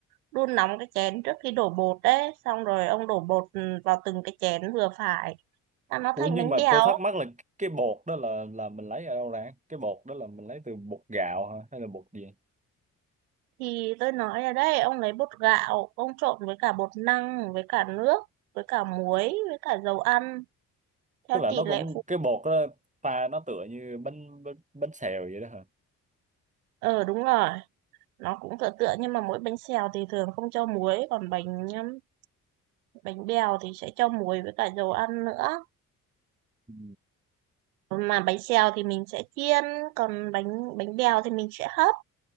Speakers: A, on the right (about 75°); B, on the right (about 15°).
A: đun nóng cái chén trước khi đổ bột đấy xong rồi ông đổ bột ừ, vào từng cái chén vừa phải là nó
B: Ủa
A: thành
B: nhưng
A: bánh
B: mà
A: bèo
B: tôi thắc mắc là cái bột đó là là mình lấy ở đâu ra? Cái bột đó là mình lấy từ bột gạo hả hay là bột gì?
A: thì tôi nói ở đây ông lấy bột gạo ông trộn với cả bột năng với cả nước với cả muối với cả dầu ăn theo
B: Tức là
A: tỷ
B: nó
A: lệ
B: cũng
A: phụ
B: cái bột đó pha nó tựa như bánh bánh, bánh xèo vậy đó hả?
A: ờ đúng rồi nó cũng tựa tựa nhưng mà mỗi bánh xèo thì thường không cho muối còn bánh um, bánh bèo thì sẽ cho muối với cả dầu ăn nữa
B: Ừ.
A: mà bánh xèo thì mình sẽ chiên còn bánh bánh bèo thì mình sẽ hấp